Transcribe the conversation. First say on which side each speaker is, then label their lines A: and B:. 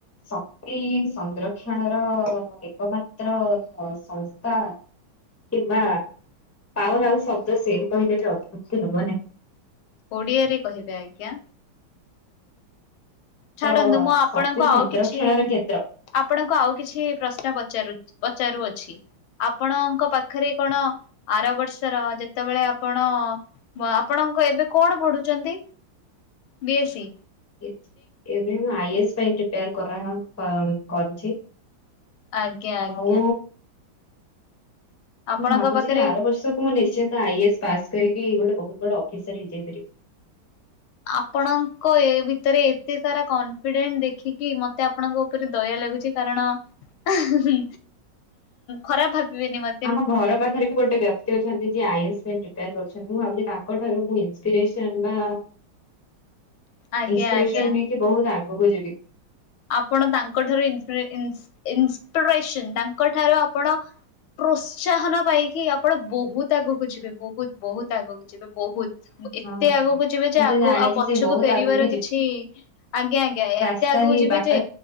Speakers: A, on the left (about 20°); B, on the left (about 80°).
A: ସ ଏ ସଂରକ୍ଷଣର ଏକମାତ୍ର ସଂସ୍ଥା। କିମ୍ବା ପାୱାର ହାଉସ୍ ଶବ୍ଦ ସେ କହିଲେ ବି ଅତିବୃକ୍ତି ହବ ନାହିଁ।
B: ଓଡିଆରେ କହିବେ ଆଜ୍ଞା। ଛାଡ଼ନ୍ତୁ
A: ତ
B: ମୁଁ ଆପଣଙ୍କୁ
A: ଶକ୍ତି
B: ଆଉ
A: ସଂରକ୍ଷଣର
B: କିଛି
A: କେନ୍ଦ୍ର।
B: ଆପଣଙ୍କୁ ଆଉ କିଛି ପ୍ରଶ୍ନ ପଚାରୁ ପଚାରୁଅଛି। ଆପଣଙ୍କ ପାଖରେ କଣ ଆର ବର୍ଷର ଯେତେବେଳେ ଆପଣ ଆପଣଙ୍କ ଏବେ କଣ ପଢୁଛନ୍ତି ବିଏସି?
A: ଏ ଏବେ ମୁଁ ଆଇସ୍ ପାଇଁ ପ୍ରିପେୟାର କରା କରୁଛି।
B: ଆଜ୍ଞା
A: ଆଉ
B: ଆଜ୍ଞା। ଆପଣଙ୍କ
A: ମୁଁ ଭାବୁଛି
B: ପାଖରେ
A: କି ଆର ବର୍ଷ ମୁଁ ନିଶ୍ଚିନ୍ତ ଆଇଏସ୍ ପାସ୍ କରିକି ଗୋଟେ ବହୁତ ବଡ ଅଫିସର ହେଇଯାଇପାରିବି।
B: ଆପଣଙ୍କ ଏ ଭିତରେ ଏତେ ସାରା କନଫିଡେଣ୍ଟ ଦେଖିକି ମତେ ଆପଣଙ୍କ ଙ୍କରେ ଦୟା ଲାଗୁଛି କାରଣ ଉଁ ଖରାପ ଭାବିବେନି ମ
A: ଆମ ଘର ପାଖରେ ବି ଗୋଟେ ବ୍ୟକ୍ତି ଅଛନ୍ତି ଯିଏ ଆଇଏସ ପାଇଁ ପ୍ରିପେୟାର କରୁଛନ୍ତି ମୁଁ ଭାବୁଛି ତାଙ୍କଠାରୁ ମୁଁ ଇନ ପିରେସନ ବା
B: ଆଜ୍ଞା
A: ଇନ୍ସପିରେସନ
B: ଆଜ୍ଞା
A: ନେଇକି ବହୁତ ଆଗକୁ ଯିବି।
B: ଆପଣ ତାଙ୍କ ଠାରୁ ଇମପ୍ରେ ଇନସ ଇନ୍ସପିରେସନ ତାଙ୍କଠାରୁ ଆପଣ ପ୍ରୋତ୍ସାହନ ପାଇକି ଆପଣ ବହୁତ ଆଗକୁ ଯିବେ ବହୁତ ବହୁତ ଆଗକୁ ଯିବେ ବହୁତ। ଏତେ
A: ହଁ
B: ଆଗକୁ ଯିବେ ଯେ
A: ମୁଁ
B: ଆଗ
A: ତ ଜାଣିଛି
B: ଆଉ ପଛକୁ
A: ସେ ବହୁତ
B: ଫେରିବାର
A: ଆଗକୁ
B: କିଛି ଆଜ୍ଞା ଆଜ୍ଞା ଏ
A: ସ୍ଥାହି ବା
B: ଏ